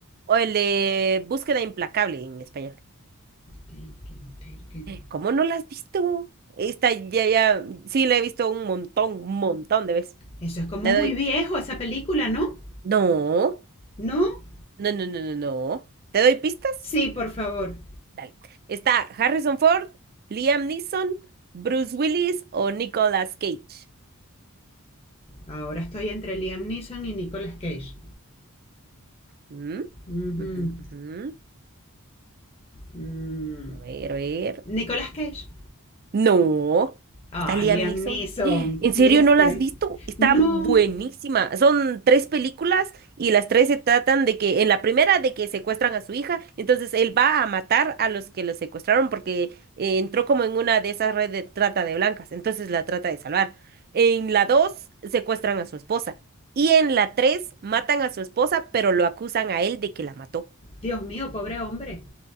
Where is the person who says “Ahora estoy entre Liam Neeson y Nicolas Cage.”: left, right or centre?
Left